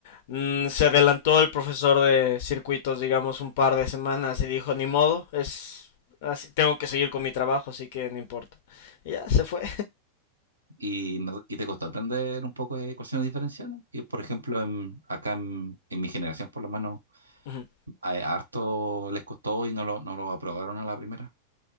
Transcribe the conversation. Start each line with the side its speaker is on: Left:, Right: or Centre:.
Left: mm, se adelantó el profesor de circuitos, digamos, un par de semanas y dijo, ni modo, es así, tengo que seguir con mi trabajo, así que no importa. Y ya se fue.
Right: y, no- y te costó aprender un poco de ecuaciones diferenciales. Y por ejemplo, en- acá en, en mi generación, por lo menos,
Left: Ujú.
Right: a, a harto les costó y no lo, no lo aprobaron a la primera.